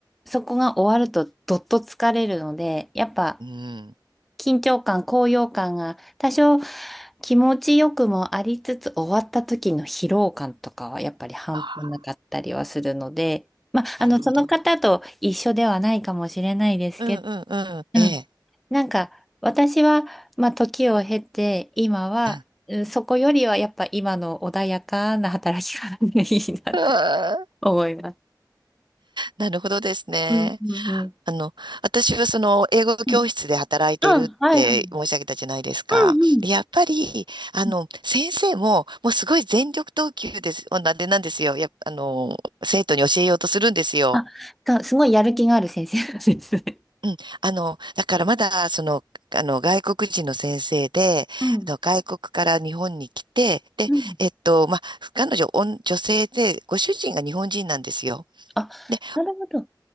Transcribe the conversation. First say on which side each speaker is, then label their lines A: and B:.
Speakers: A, in the centre; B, on the right.
A: そこが終わるとどっと疲れるので、やっぱ
B: うん。
A: 緊張感、高揚感が多少気持ちよくもありつつ終わった時の疲労感とかはやっぱり半端なかったりはするので、
B: あ、
A: まあ、
B: なるほど。
A: あの、その方と一緒ではないかもしれないですけど、
B: うんうんうん。
A: うん。
B: ええ。
A: なんか私は、まあ、時を経て今は、
B: うん
A: うんそこよりはやっぱ今の穏やかな働き方がいいなって
B: うん
A: 思います。
B: なるほどですね。
A: うんうんうん。
B: あの、私はその英語教室で働いているって申し上げたじゃないですか。
A: うん、うんはいはい。うんうん。
B: やっぱり、あの、
A: うん
B: 先生ももうすごい全力投球です、なんでなんですよ。やっぱ、あの、生徒に教えようとするんですよ。
A: あ、が、すごいやる気がある先生なんですね。
B: うん、あの、だからまだ、その、あの、外国人の先生で、
A: うん、
B: あの、外国から日本に来て、で、
A: うん。
B: えっと、まあ、彼女、おん女性で、ご主人が日本人なんですよ。
A: あ、
B: で、
A: なるほど。